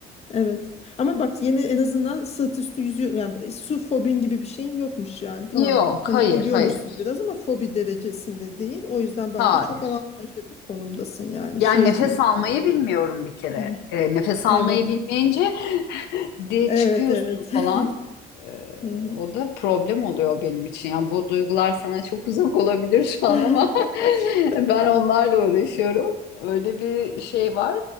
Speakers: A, on the left; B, on the left.
A: Evet. Ama bak yine en azından sırt üstü yüzüyor. Yani su fobin gibi bir şeyin yokmuş yani. Tamam
B: Yok,
A: bir panik
B: hayır,
A: oluyormuşsun
B: hayır,
A: biraz ama fobi derecesinde değil. O yüzden bence
B: hayır.
A: çok avantajlı bir konumdasın yani.
B: Yani
A: Şey
B: nefes
A: değil.
B: almayı bilmiyorum bir kere.
A: Hı.
B: E, nefes almayı
A: Evet.
B: bilmeyince de
A: Evet,
B: çıkıyorsun
A: evet.
B: falan.
A: <laughs>
B: Ee,
A: Hı hı.
B: o da problem oluyor benim için. Yani bu duygular sana çok uzak olabilir şu an
A: <laughs>
B: ama <laughs> ben onlarla uğraşıyorum. Öyle bir şey var.